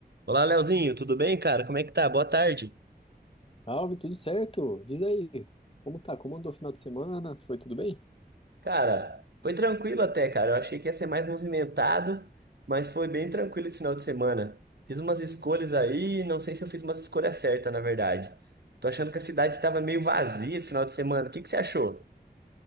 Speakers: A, on the right; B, on the left.
A: Olá, Leozinho, tudo bem, cara? Como é que tá? Boa tarde.
B: Salve, tudo certo? Diz aí, como tá? Como andou o final de semana? Foi tudo bem?
A: Cara, foi tranquilo até, cara. Eu achei que ia ser mais movimentado, mas foi bem tranquilo esse final de semana. Fiz umas escolhas aí, não sei se eu fiz umas escolhas certas, na verdade. Tô achando que a cidade estava meio vazia esse final de semana. O que que você achou?